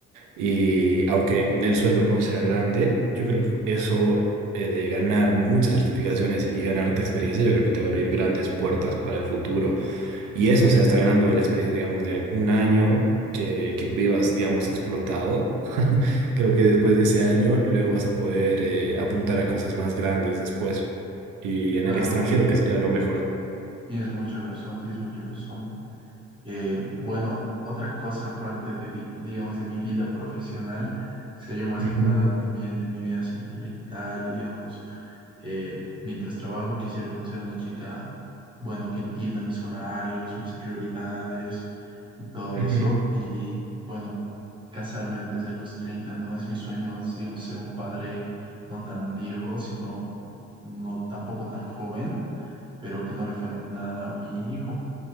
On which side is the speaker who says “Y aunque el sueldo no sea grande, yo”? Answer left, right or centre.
Right